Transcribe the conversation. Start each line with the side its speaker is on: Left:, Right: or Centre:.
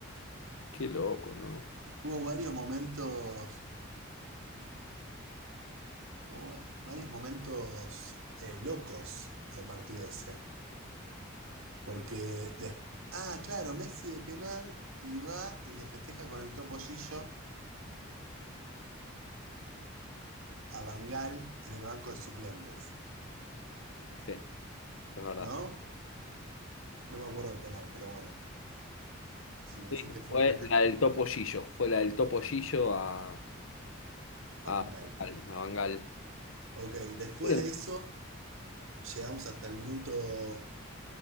Left: qué loco, ¿no?
Right: Tuvo varios momentos. Tuvo va- varios momentos eh, locos el partido ese. Porque. de- ah, claro, Messi de penal y va y le festeja con el topollillo a Bangal en el banco de suplentes.
Left: Sí, es verdad.
Right: ¿No? No me acuerdo del penal, pero bueno. Si me
Left: Sí,
Right: decís que fue
Left: fue
Right: un penal,
Left: la del Topo Gillo, fue la del Topo Gillo a,
Right: a
Left: a,
Right: Bangal.
Left: Bangal. a Bangal.
Right: Ok, después
Left: Bien.
Right: de eso. Llegamos hasta el minuto